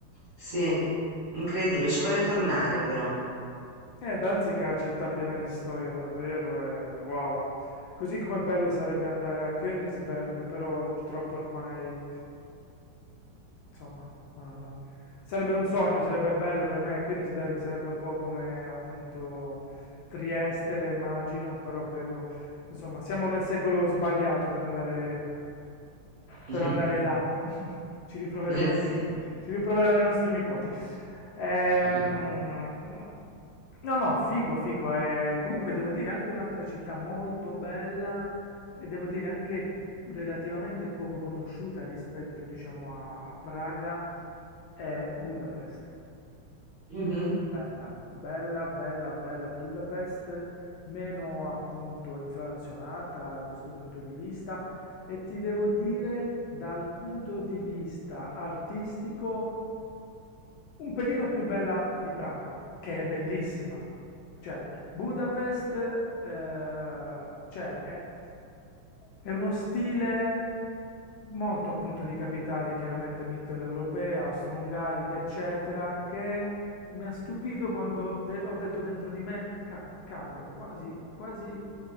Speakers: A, on the right; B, on the left.
A: Sì, incredibile, ci vorrei tornare però.
B: Eh, Danzica è una città piena di storia, davvero, e wow. Così come bello sarebbe andare a Königsberg, però purtroppo ormai, eh, insomma, no, no. Sarebbe un sogno, sarebbe bello per me. Königsberg sarebbe un po' come appunto Trieste, la immagino, però credo, insomma, siamo nel secolo sbagliato per andare,
A: <laughs>
B: per andare là. <laughs> Ci riproveremo,
A: Eh sì.
B: <laughs> ci riproveranno i nostri nipoti. Ehm,
A: <laughs>
B: no, no, figo, figo. eh, comunque devo dire anche un'altra città molto bella e devo dire anche relativamente poco conosciuta rispetto, diciamo, a, a Praga è Budapest.
A: Mhm.
B: Bella, bella, bella, bella Budapest, meno appunto inflazionata da questo punto di vista. E ti devo dire, dal punto di vista artistico, un pelino più bella di Praga, che è bellissima. Cioè, Budapest, eh, cioè, è, è uno stile molto appunto di capitale, chiaramente mitteleuropea, austro-ungarica, eccetera, che mi ha stupito quando de- ho detto dentro di me, "Ca- cavolo, quasi, quasi,